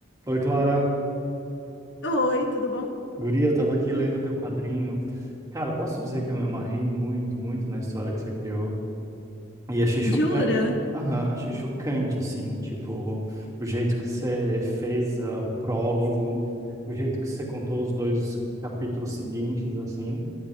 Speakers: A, on the right; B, on the left.
A: Oi, Clara.
B: Oi, tudo bom?
A: Guria, eu tava aqui lendo o teu quadrinho. Cara, eu posso dizer que eu me amarrei muito, muito na história que você criou. E achei chocante.
B: Jura?
A: Aham, achei chocante, assim, tipo, o jeito que você fez ah, o prólogo, o jeito que você contou os dois capítulos seguintes, assim.